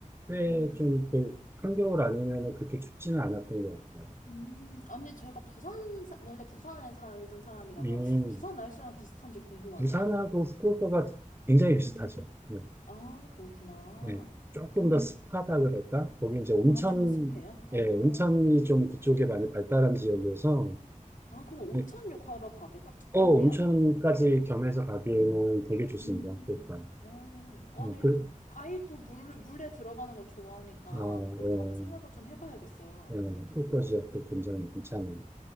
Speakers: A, on the right; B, on the left.
A: 꽤좀 그, 한겨울 아니면 그렇게 춥지는 않았던 것 같아요.
B: 음, 아니, 제가 부산, 사- 원래 부산에 살던 사람이라서
A: 음,
B: 부산 날씨랑 비슷한지 궁금하네요.
A: 부산하고 후쿠오카가 굉장히 비슷하죠. 네.
B: 아, 그렇구나.
A: 네. 조금 더 습하다 그럴까? 거기 이제 온천,
B: 아, 좀 더 습해요? 어.
A: 예, 온천이 좀 그쪽에 많이 발달한 지역이어서
B: 아, 그럼 온천욕
A: 네,
B: 하러 가기 딱 좋겠네요.
A: 어, 온천까지 겸해서 가기에는 되게 좋습니다.
B: 음,
A: 일단.
B: 어. 아니,
A: 어, 그,
B: 아이도 물, 물에 들어가는 걸 좋아하니까
A: 어,
B: 그것도 한번 생각을 좀 해봐야겠어요.
A: 예, 예, 후쿠오카 지역도 굉장히 괜찮은